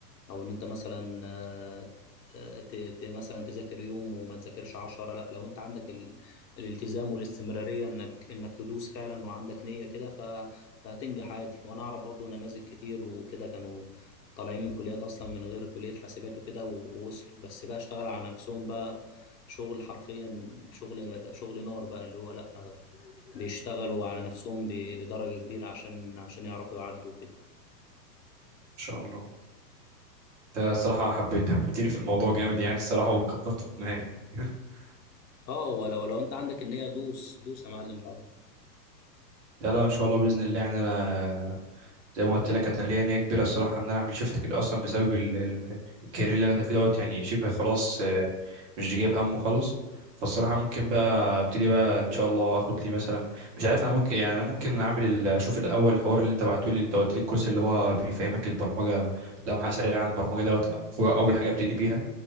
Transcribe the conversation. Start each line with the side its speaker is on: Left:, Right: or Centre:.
Left: أو إن أنت مثلا آه، آه، ت... ت... مثلا تذاكر يوم وما تذاكرش عشرة لا لو أنت عندك ال... الالتزام والاستمرارية إنك إنك تدوس فعلا وعندك نية كده ف... فهتنجح عادي وأنا أعرف برضو نماذج كتير وكده كانوا طالعين من كليات أصلا من غير كلية حاسبات وكده و- ووصلوا بس بقى اشتغل على نفسهم بقى شغل حرفيا شغل شغل نار بقى اللي هو لا بيشتغلوا على نفسهم ب- لدرجة كبيرة عشان عشان يعرفوا يعدوا كده
Right: ان شاء الله انت الصراحة حبيت حببتني في الموضوع جامد يعني الصراحة وكبرت في دماغي <laughs>
Left: اه ولو لو انت عندك النية دوس دوس يا معلم طبعا
Right: لا لا ان شاء الله باذن الله يعني انا زي ما قلت لك انا ليا نيه كبيره الصراحه ان انا اعمل شيفت كده اصلا بسبب ال- ال- الكارير اللي انا فيه دوت يعني شبه خلاص آه، مش جايب همه خالص فالصراحه ممكن بقى ابتدي بقى ان شاء الله اخد لي مثلا مش عارف انا ممكن يعني انا ممكن اعمل ال- اشوف الاول الحوار اللي انت بعته لي انت قلت لي الكورس اللي هو بيفهمك البرمجه لمحه سريعه عن البرمجه دوت هو اول حاجه ابتدي بيها